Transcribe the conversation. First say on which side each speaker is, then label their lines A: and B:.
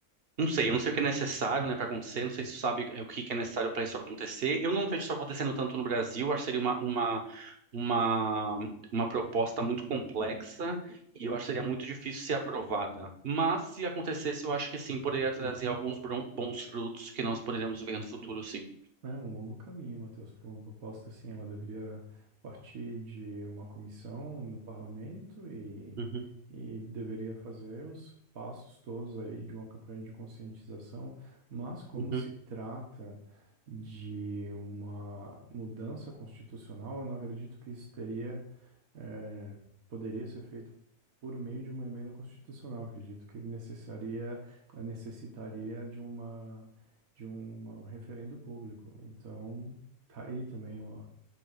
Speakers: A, on the right; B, on the right.
A: não sei, eu não sei o que é necessário, né, para acontecer, não sei se você sabe o que que é necessário para isso acontecer. Eu não vejo isso acontecendo tanto no Brasil, acho que seria uma, uma, uma, uma proposta muito complexa e eu acho que seria muito difícil ser aprovada. Mas se acontecesse, eu acho que sim, poderia trazer alguns bron- bons frutos que nós poderíamos ver no futuro, sim.
B: É um longo caminho, Matheus, para uma proposta assim. Ela deveria partir de uma comissão no parlamento e,
A: Uhum,
B: e deveria fazer os passos todos aí de uma campanha de conscientização, mas como
A: uhum,
B: se trata de uma mudança constitucional, eu não acredito que isso teria é, poderia ser feito por meio de uma emenda constitucional. Acredito que necessaria, necessitaria de uma, de uma- um referendo público. Então, tá aí também uma,